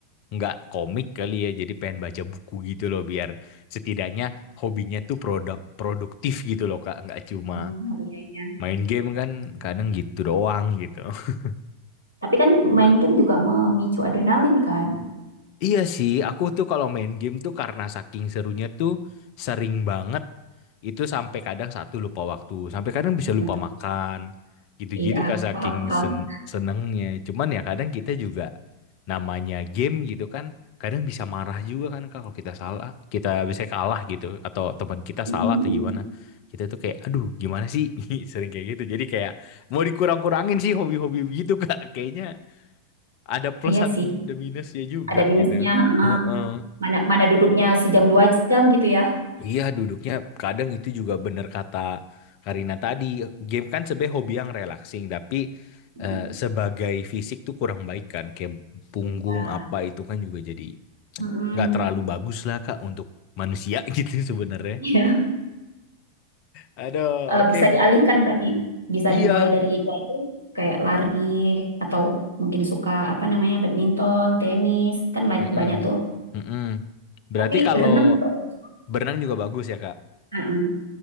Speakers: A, on the left (about 45°); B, on the right (about 80°).
A: nggak komik kali ya, jadi pengen baca buku gitu loh biar setidaknya hobinya tuh produk produktif gitu loh Kak, nggak cuma
B: Hmm, iya iya
A: Main game kan kadang gitu doang gitu. <laughs>
B: tapi kan main game juga memicu adrenalin kan <clears throat>
A: Iya sih, aku tuh kalau main game tuh karena saking serunya tuh sering banget itu sampai kadang satu lupa waktu, sampai kadang bisa lupa
B: Hmm,
A: makan. Gitu-gitu
B: iya
A: kak saking
B: paham paham
A: sen-
B: <clears throat>
A: senengnya. Cuman ya kadang kita juga namanya game gitu kan, kadang bisa marah juga kan Kak, kalau kita salah, kita bisa kalah gitu atau teman kita
B: Mm, mm,
A: salah atau
B: mm.
A: gimana. Kita tuh kayak aduh gimana sih? <laughs> Sering kayak gitu. Jadi kayak mau dikurang-kurangin sih hobi-hobi gitu Kak kayaknya ada plus
B: iya
A: ada
B: sih
A: minusnya juga
B: ada
A: gitu.
B: minusnya heeh.
A: Heeh.
B: mana mana duduknya sejam dua jam gitu ya
A: Iya duduknya kadang itu juga bener kata Karina tadi. Game kan sebagai hobi yang relaxing tapi
B: Mm,
A: eh, sebagai fisik tuh kurang baik kan. Kayak punggung
B: iya
A: apa itu kan juga jadi
B: Mm, mm.
A: nggak terlalu bagus lah Kak untuk manusia <laughs> gitu sebenarnya.
B: <laughs>
A: Aduh,
B: eh,
A: oke.
B: bisa dialihkan berarti bisa
A: Iya.
B: dimulai dari ya itu kayak lari atau mungkin suka apa namanya badminton, tenis kan ba-
A: Mm-mm.
B: banyak tuh.
A: Mm-mm. Berarti
B: Tapi
A: kalau
B: renang juga bagus.
A: berenang juga bagus ya Kak?
B: Heeh,